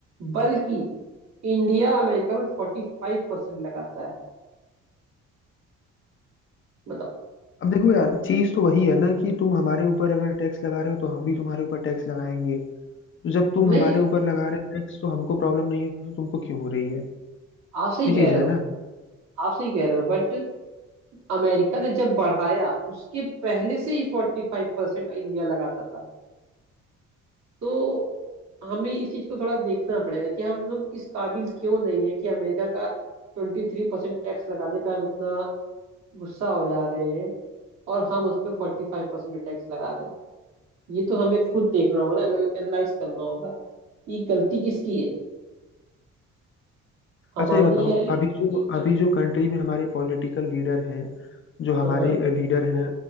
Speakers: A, on the right (about 65°); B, on the left (about 45°).
A: बल्कि इंडिया अमेरिका में फोर्टी फाइव परसेंट लगाता है बताओ
B: अब देखो यार चीज तो वही है ना कि तुम हमारे ऊपर अगर टैक्स लगा रहे हो तो हम भी तुम्हारे ऊपर टैक्स लगाएंगे तो जब तुम
A: नहीं
B: हमारे ऊपर लगा रहे हो टैक्स तो हमको प्रॉब्लम नहीं है तो तुमको क्यों हो रही है
A: आप सही
B: ये
A: कह
B: चीज
A: रहे
B: है
A: हो
B: ना
A: आप सही कह रहे हो बट अमेरिका ने जब बढ़ाया उसके पहले से ही फोर्टी फाइव परसेंट इंडिया लगाता था तो हमें इस चीज को थोड़ा देखना पड़ेगा कि हम लोग इस काबिल क्यों नहीं है कि अमेरिका का ट्वेंटी थ्री परसेंट टैक्स लगाने पे हम इतना गुस्सा हो जा रहे हैं और हम उस पे फोर्टी फाइव परसेंट टैक्स लगा रहे हैं ये तो हमें खुद देखना होगा ना एनालाइज करना होगा ये गलती किसकी है हमारी
B: अच्छा ये बताओ
A: है अरे
B: अभी
A: कि
B: जो अभी जो कंट्री में हमारे पॉलिटिकल लीडर हैं जो हमारे
A: हाँ हाँ
B: लीडर हैं